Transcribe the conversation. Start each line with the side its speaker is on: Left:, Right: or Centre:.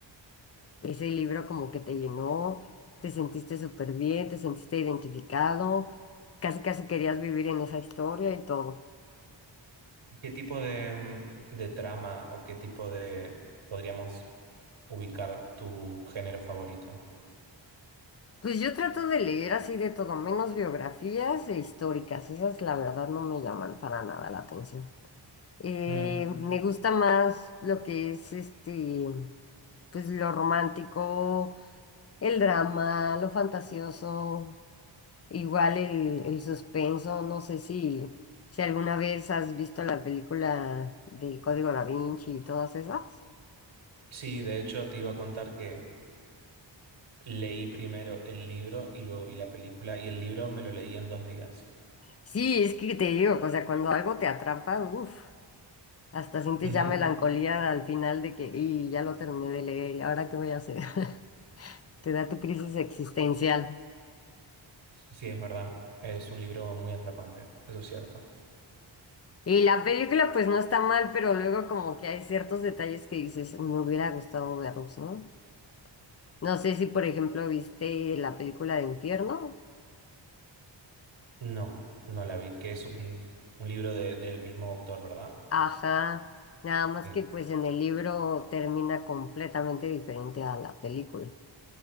Left: ese libro como que te llenó, te sentiste súper bien, te sentiste identificado, casi casi querías vivir en esa historia y todo.
Right: ¿Qué tipo de, mm, de trama o qué tipo de podríamos ubicar tu género favorito?
Left: Pues yo trato de leer así de todo, menos biografías e históricas. Esas, la verdad, no me llaman para nada la atención. Eh,
Right: Mm,
Left: me gusta más lo que es este, pues lo romántico, el drama, lo fantasioso, igual el, el suspenso. No sé si, si alguna vez has visto la película del Código Da Vinci y todas esas.
Right: Sí, de hecho te iba a contar que Leí primero el libro y luego vi la película y el libro me lo leí en dos días.
Left: Sí, es que te digo, o sea, cuando algo te atrapa, uff. Hasta sientes
Right: Ujú.
Left: ya melancolía al final de que, y ya lo terminé de leer, ¿y ahora qué voy a hacer? <laughs> Te da tu crisis existencial.
Right: Sí, es verdad. Es un libro muy atrapante, eso es cierto.
Left: Y la película pues no está mal, pero luego como que hay ciertos detalles que dices, me hubiera gustado verlos, ¿no? No sé si por ejemplo viste la película de Infierno.
Right: No, no la vi, que es un, un libro de- del mismo autor, ¿verdad?
Left: Ajá, nada más
Right: Sí.
Left: que pues en el libro termina completamente diferente a la película.